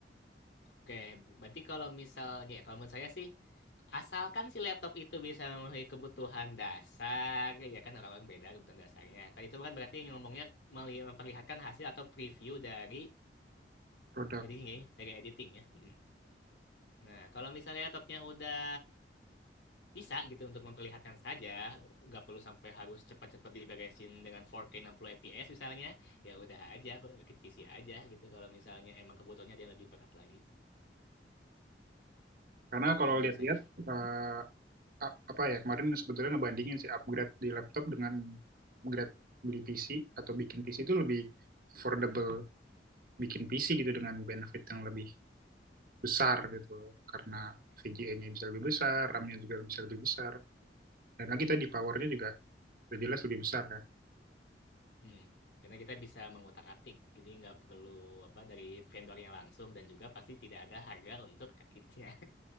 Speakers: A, on the left; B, on the right.
A: Oke, berarti kalau misalnya ya, kalau menurut saya sih asalkan si laptop itu bisa memenuhi kebutuhan dasar, ya kan orang-orang beda kebutuhan dasarnya. Kalau itu kan berarti ngomongnya meli- memperlihatkan hasil atau preview dari
B: produk.
A: editingnya, ya, dari editingnya. Hmm. Nah, kalau misalnya laptopnya udah bisa gitu untuk memperlihatkan saja nggak perlu sampai harus cepat-cepat diberesin dengan empat k 60 fps misalnya ya udah aja rakit PC aja gitu kalau misalnya emang kebutuhannya dia lebih berat lagi
B: Karena
A: itu
B: kalau
A: menurut
B: lihat-lihat
A: saya
B: eh, a- apa ya kemarin sebetulnya ngebandingin sih upgrade di laptop dengan upgrade beli PC atau bikin PC itu lebih affordable bikin PC gitu dengan benefit yang lebih besar gitu karena VGA-nya bisa lebih besar, RAM-nya juga bisa lebih besar dan lagi tadi powernya juga udah jelas lebih besar kan.
A: hmm. karena kita bisa mengotak-atik jadi nggak perlu apa dari vendornya langsung dan juga pasti tidak ada harga untuk rakitnya